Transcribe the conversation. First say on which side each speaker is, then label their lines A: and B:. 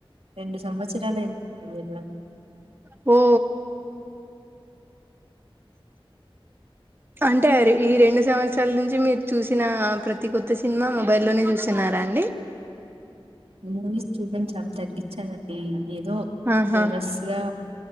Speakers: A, on the right (about 80°); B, on the right (about 20°).
A: రెండు సంవత్సరాలైంది వెళ్ళ
B: హో అంటే ఆ ఈ రెండు సంవ త్సరాల నుంచి మీరు చూసిన ప్రతి కొత్త సినిమా మొబైల్లోనే చూస్తున్నారా అండి
A: మూవీస్ చూడం చాలా తగ్గించానండి ఏదో
B: ఆహా
A: ఫేమస్ గా